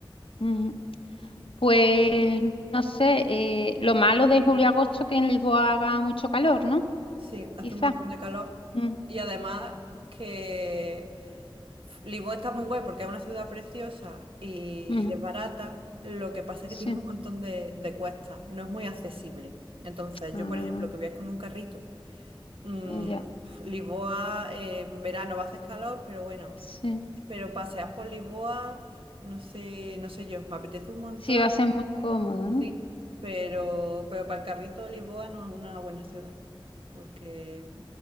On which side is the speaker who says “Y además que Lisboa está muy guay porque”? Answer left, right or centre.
Right